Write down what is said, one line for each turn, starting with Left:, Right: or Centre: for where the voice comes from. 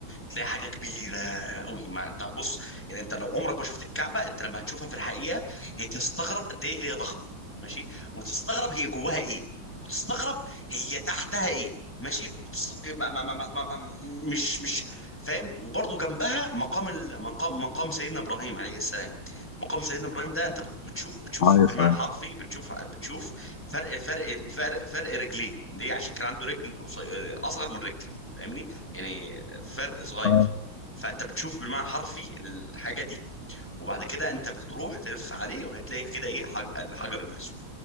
Centre: تلاقي حاجة كبيرة قوي ما انت بص يعني انت لو عمرك ما شفت الكعبة انت لما هتشوفها في الحقيقة هي تستغرب قد ايه هي ضخمة ماشي وتستغرب هي جواها ايه وتستغرب هي تحتها ايه ماشي وتست... ما ما ما ما ما ما مش مش فاهم وبرضه جنبها مقام ال... مقام مقام سيدنا ابراهيم عليه السلام مقام سيدنا ابراهيم ده انت بتشوفه بتشوف
Left: عليه
Centre: بالمعنى
Left: السلام
Centre: حرفي بتشوف بتشوف فرق فرق فرق فرق رجليه ليه عشان كان عنده رجل قصي- اصغر من رجل فاهمني يعني فرق صغير
Left: اه
Centre: فانت بتشوف بالمعنى حرفي الحاجه دي وبعد كده انت بتروح تلف عليه وهتلاقي كده ايه حج... الحجر الاسود